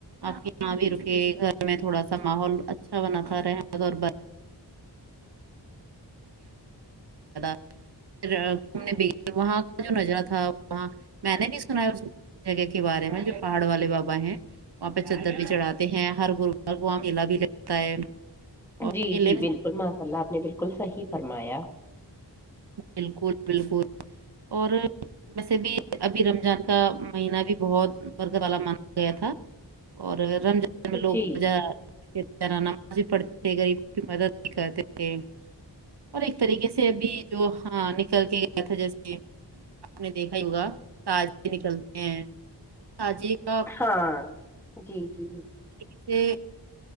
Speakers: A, on the right (about 65°); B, in the centre.
A: آپ کے یہاں بھی رکے گھر میں تھوڑا سا ماحول اچھا بناتا رہے اور <inaudible> پھر گھومنے بھی گئے وہاں کا جو نظارہ تھا ہاں میں نے بھی سنا ہے اس جگہ کے بارے میں جو پہاڑ والے بابا ہیں وہاں پہ چدر بھی چڑھاتے ہیں ہر گروار کو وہاں میلا بھی لگتا ہے اور
B: جی
A: میلے
B: جی
A: میں
B: بالکل ماشاء اللہ آپ نے بالکل صحیح فرمایا
A: بالکل بالکل اور ویسے بھی ابھی رمضان کا مہینہ بھی بہت برکت والا مانا گیا تھا اور رمضان میں لوگ
B: جی
A: اس طرح نماز بھی پڑھتے تھے غریبوں کی مدد بھی کرتے تھے اور ایک طریقے سے ابھی جو ہاں نکل کے گیا تھا جیسے آپ نے دیکھا ہی ہوگا تازے نکلتے ہیں سجی کا
B: ہاں جی جی
A: جیسے